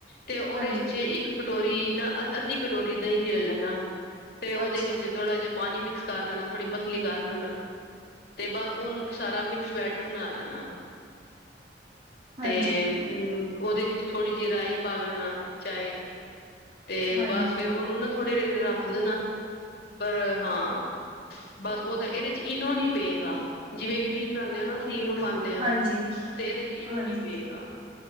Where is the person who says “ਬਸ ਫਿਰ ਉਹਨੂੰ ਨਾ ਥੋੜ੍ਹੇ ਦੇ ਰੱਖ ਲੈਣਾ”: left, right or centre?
Left